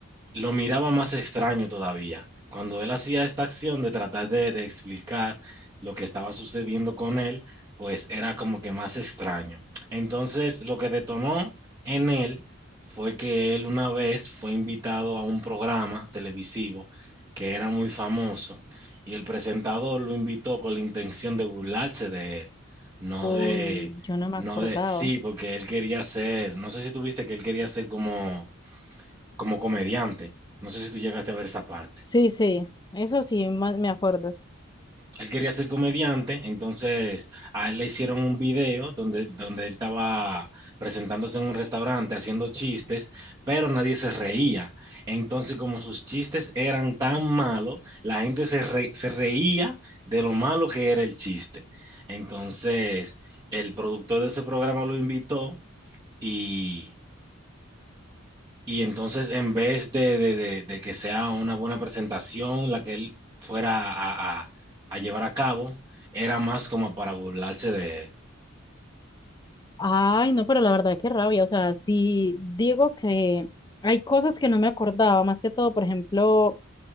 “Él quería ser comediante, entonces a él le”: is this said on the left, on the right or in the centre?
Right